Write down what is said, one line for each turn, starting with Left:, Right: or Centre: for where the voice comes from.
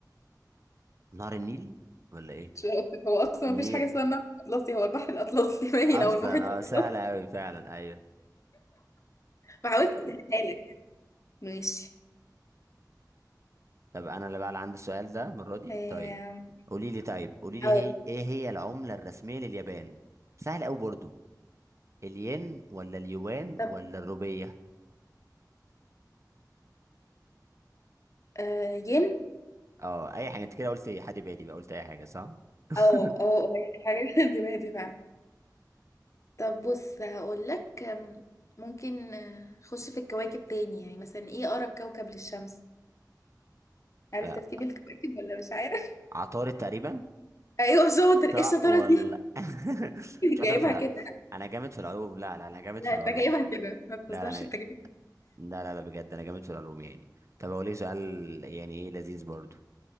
Right: نهر النيل ولا ايه
Left: مش عارفة. هو أصلا
Right: نيل
Left: مفيش حاجة اسمها النهر الأطلسي هو البحر الأطلسي <laughs> باين
Right: اصلا
Left: أو المحيط الأطلسي
Right: اه سهلة اوي فعلا ايوه
Left: ما حاولت أسهلها لك ماشي
Right: طب انا اللي بقى اللي عندي السؤال ده المره دي
Left: آم،
Right: طيب قولي لي طيب قولي لي
Left: أو
Right: هي ايه هي العمله الرسميه لليابان سهل قوي برضو الين ولا اليوان
Left: طب
Right: ولا الروبيه
Left: آه، ين
Right: اه اي حاجه انت كده قلت ايه حد بادي بقى قلت اي حاجه صح <laughs>
Left: أو أو هي حاجة <laughs> دماغي دي فعلا طب بص هقول لك آم، ممكن آه، خش في الكواكب تاني يعني مثلا إيه أقرب كوكب للشمس عارف
Right: آه،
Left: ترتيب الكواكب ولا مش عارف
Right: عطارد تقريبا
Left: <laughs> أيوه شاطر إيه
Right: صح
Left: الشطارة
Right: ولا
Left: دي
Right: <laughs>
Left: <laughs>
Right: شاطر
Left: جايبها
Right: في لا
Left: كده
Right: انا جامد في العلوم لا لا انا جامد في
Left: لا
Right: العلوم
Left: أنت جايبها كده ما تهزرش
Right: لا لا انا
Left: أنت جايبها
Right: لا لا لا بجد انا جامد في العلوم يعني طب اقول لك سؤال يعني ايه لذيذ برضو